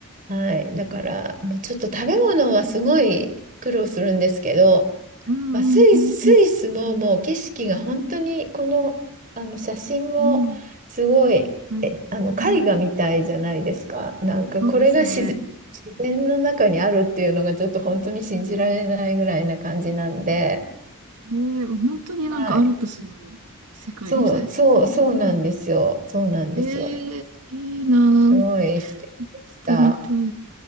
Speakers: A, on the right (about 40°); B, on the right (about 80°).
A: はい。だから、もうちょっと食べ物はすごい苦労するんですけど、
B: うん、
A: まあ、スイス、
B: うん、うん、うん。
A: スイスももう景色が本当に、この、あの写真もすごい、
B: うんはい。
A: あの、絵画みたいじゃないですか。
B: うん、
A: なんか、
B: そうですね。
A: これが自然、自然の中にあるっていうのがちょっと本当に信じられないぐらいな感じなんで、
B: ええ、もう本当になんかアルプスの
A: はい。
B: 世界みたい。
A: そう、そう、そうなんですよ。そうなんですよ。
B: ええ、いいなー、
A: すごい素敵でした。
B: 行ってみたい。